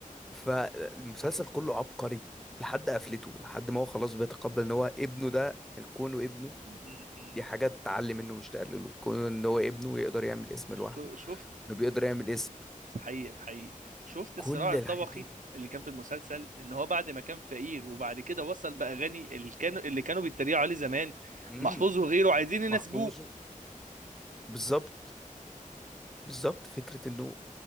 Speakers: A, in the centre; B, on the right.
A: فالمسلسل كله عبقري لحد قفلته لحد ما هو خلاص بيتقبل ان هو ابنه ده كونه ابنه
B: م- م-
A: دي حاجة تعلي منه مش تقلله كونه ان هو ابنه يقدر يعمل اسم لوحده
B: شو- شفت
A: انه بيقدر يعمل اسم
B: حقيقي حقيقي شفت
A: كل
B: الصراع الطبقي
A: الحاجات دي
B: اللي كان في المسلسل ان هو بعد ما كان فقير وبعد كده وصل بقى غني اللي كانوا اللي كانوا بيتريقوا عليه زمان
A: امم
B: محفوظ وغيره عايزين يناسبوه
A: محفوظ بالظبط بالظبط فكرة انه